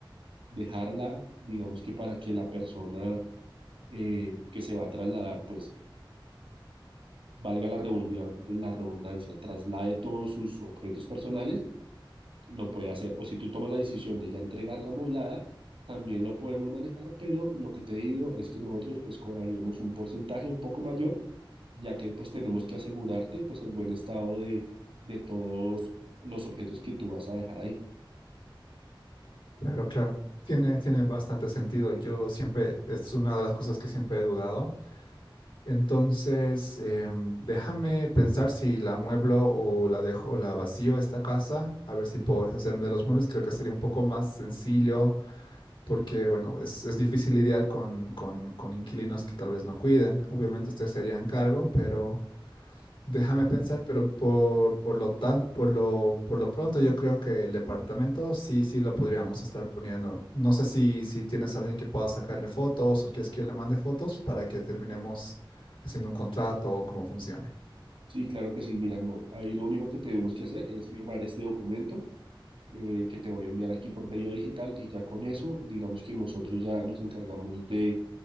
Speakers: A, on the right; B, on the left.
A: dejarla, digamos que para que la persona eh, que se va a trasladar, pues valga la redundia- la redundancia, traslade todos sus objetos personales, lo puede hacer. O si tú tomas la decisión de ya entregar la moblada, también lo podemos manejar, pero lo que te digo es que nosotros pues cobraríamos un porcentaje un poco mayor, ya que pues tenemos que asegurarte pues el buen estado de, de todos los objetos que tú vas a dejar ahí.
B: Claro, claro. Tiene, tiene bastante sentido. Yo siempre, es una de las cosas que siempre he dudado. Entonces, em, déjame pensar si la mueblo o la dejo o la vacío esta casa, a ver si puedo deshacerme de los muebles. Creo que sería un poco más sencillo porque, bueno, es, es difícil lidiar con, con, con inquilinos que tal vez no cuiden. Obviamente ustedes se harían cargo, pero déjame pensar, pero por, por lo tan, por lo, por lo pronto yo creo que el departamento sí, sí lo podríamos estar poniendo. No sé si, si tienes a alguien que pueda sacarle fotos o quieres que yo le mande fotos para que terminemos haciendo un contrato o cómo funcione.
A: Sí, claro que sí, mira, no, ahí lo único que tenemos que hacer es firmar este documento eh, que te voy a enviar aquí por medio digital y ya con eso, digamos que nosotros ya nos encargamos de,